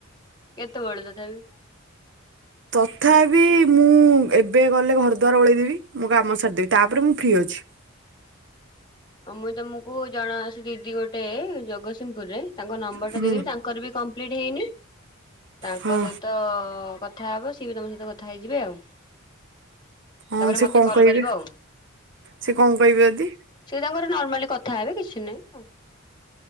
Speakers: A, on the left; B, on the right.
A: କେତେବେଳେ ତଥାବି।
B: ତଥାପି ମୁଁ ଏବେ ଗଲେ ଘର ଦ୍ୱାର ଓଳେଇଦେବି ମୋ କାମ ସାରିଦେବି ତାପରେ ମୁଁ ଫ୍ରି ଅଛି।
A: ଅ ମୁଇଁ ତମକୁ ଜଣେ ଅଛି ଦିଦି ଗୋଟେ ଜଗତସିଂହପୁରରେ ତାଙ୍କ ନମ୍ବର
B: ହୁଁ
A: ଟା ଦେଇଦେବି ତାଙ୍କର ବି କମ୍ପ୍ଲିଟ୍ ହେଇନି। ତାଙ୍କ
B: ହଁ
A: ସହିତ କଥା ହବ ସିଏ ବି ତମ ସହିତ କଥା ହେଇଯିବେ ଆଉ।
B: ହଁ
A: ତାପରେ
B: ସେ
A: ମତେ
B: କଣ
A: କଲ୍
B: କହିବେ
A: କରିବ ଆଉ।
B: ସେ କଣ କହିବେ ଯଦି।
A: ସିଏ ତାଙ୍କର ନର୍ମାଲି କଥା ହେବେ କିଛି ନାହିଁ କଁ।